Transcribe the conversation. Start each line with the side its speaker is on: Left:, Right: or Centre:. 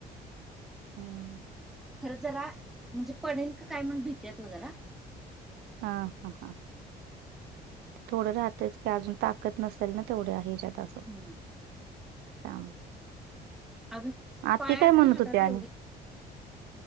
Right: हम्म.
Centre: खरं जरा, म्हणजे पडेल का काय म्हणून भीतेत ओ जरा.
Right: हा, हा, हां. थोडं राहतच की अजून, ताकद नसेल ना तेवढ्या ह्याच्यात
Centre: हम्म
Right: असं. <inaudible>
Centre: अजून
Right: आती
Centre: पायात
Right: काय म्हणत
Centre: हातात
Right: होती आणि?
Centre: एवढे